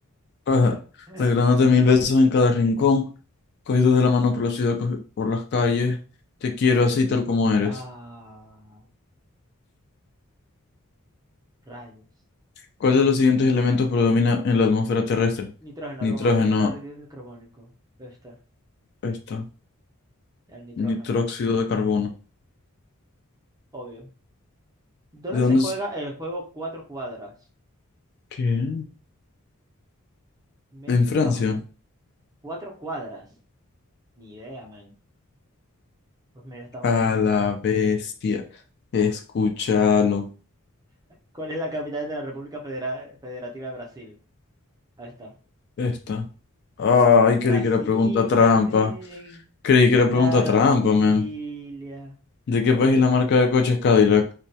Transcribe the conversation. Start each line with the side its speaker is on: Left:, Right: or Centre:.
Left: Ajá.
Right: <laughs>
Left: Regalándote mil besos en cada rincón, cogidos de la mano por la ciudad, co- por las calles, te quiero así tal como eres.
Right: Ah, rayos.
Left: ¿Cuál de los siguientes elementos predomina en la atmósfera terrestre?
Right: Nitrógeno,
Left: Nitrógeno,
Right: argón, oxígeno, ácido carbónico. Está,
Left: esta,
Right: el nitrógeno,
Left: nitróxido de carbono.
Right: obvio. ¿Dónde
Left: ¿De dónde
Right: se juega
Left: es?
Right: el juego Cuatro Cuadras?
Left: ¿Qué?
Right: México,
Left: En Francia.
Right: Estados Unidos. Cuatro Cuadras. Ni idea, man. Pues mira, Estados
Left: A
Right: Unidos.
Left: la bestia. Escúchalo.
Right: ¿Cuál es la capital de la República Federa- Federativa de Brasil? Ahí está.
Left: Esta. Ay, creí
Right: Brasilia,
Left: que era pregunta trampa.
Right: man.
Left: Creí que era
Right: Brasilia.
Left: pregunta trampa, man. ¿De qué
Right: ¿De
Left: país
Right: qué?
Left: la marca de coches Cadillac?